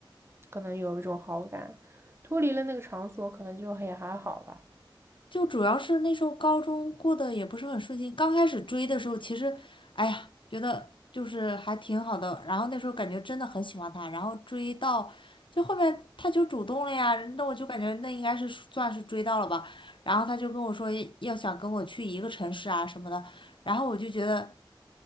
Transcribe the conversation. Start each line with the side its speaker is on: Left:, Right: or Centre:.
Right: 可能有一种好感，脱离了那个场所，可能就也还好吧。
Left: 就主要是那时候高中过得也不是很顺心，刚开始追的时候，其实，哎呀，觉得就是还挺好的。然后那时候感觉真的很喜欢他，然后追到就后面他就主动了呀，那我就感觉那应该是算是追到了吧。然后他就跟我说要想跟我去一个城市啊什么的，然后我就觉得，